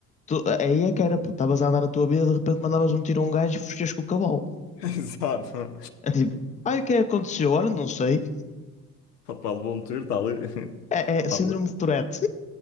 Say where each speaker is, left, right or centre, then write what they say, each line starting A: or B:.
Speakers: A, on the left (about 15°); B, on the left (about 80°).
A: tu, aí é que era, pô, estavas a andar a tua vida, de repente mandavas um tiro a um gajo e fugias com o cavalo.
B: <laughs> Exato.
A: É tipo, ai, o que é que aconteceu? Olha, não sei.
B: Opa, levou um tiro, está ali. <laughs>
A: É,
B: Está
A: é síndrome
B: ali.
A: de Tourette.